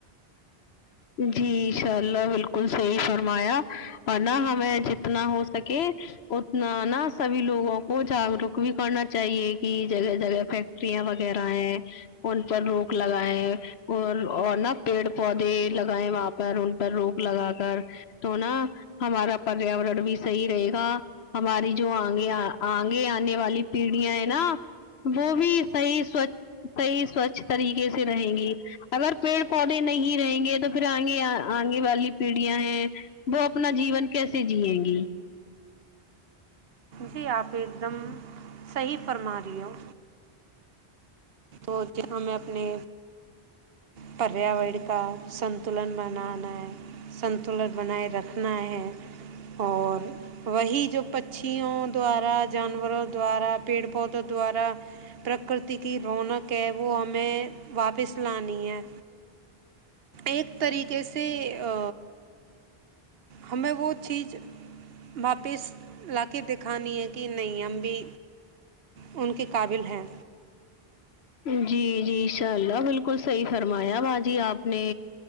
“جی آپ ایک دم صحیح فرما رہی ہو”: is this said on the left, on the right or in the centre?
Right